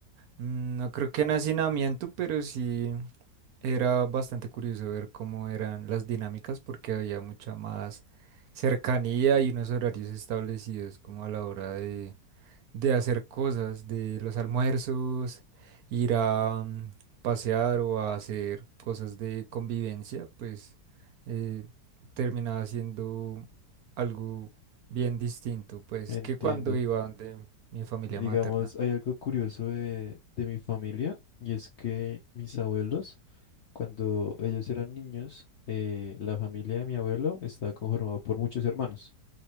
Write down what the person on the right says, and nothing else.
Mm, No creo que en hacinamiento, pero sí. Era bastante curioso ver cómo eran las dinámicas porque había mucha más cercanía y unos horarios establecidos como a la hora de, de hacer cosas, de los almuerzos, ir a mm, pasear o a hacer cosas de convivencia, pues eh, terminaba siendo algo bien distinto, pues
que cuando iba donde mi familia
materna.